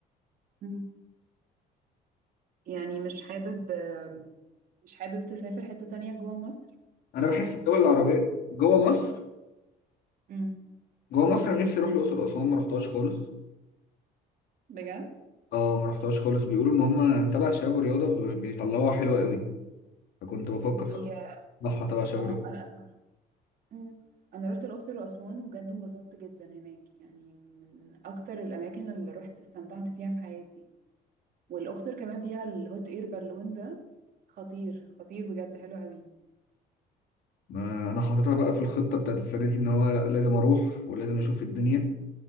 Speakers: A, on the right; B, on the left.
A: مم. يعني مش حابب أم، مش حابب تسافر حتة تانية جوا مصر
B: انا بحس
A: حاسس
B: الدول العربيه
A: إنك-
B: جوه مصر
A: مم.
B: جوه مصر انا نفسي اروح الاقصر واسوان ما رحتهاش خالص
A: بجد
B: اه ما رحتهاش خالص بيقولوا ان هم تبع شباب الرياضه بي- بيطلعوها حلوه قوي فكنت بفكر
A: دي
B: اطلعها تبع شباب
A: اه
B: الرياضه
A: انا أمم. انا رحت الاقصر واسوان وبجد انبسطت جدا هناك يعني من اكتر الاماكن اللي رحت استمتعت فيها في حياتي والاقصر كمان فيها الهوت اير بالون ده خطير خطير بجد حلو قوي
B: ما انا حاططها بقى في الخطه بتاعت السنه دي ان هو لأ، لازم اروح ولازم اشوف الدنيا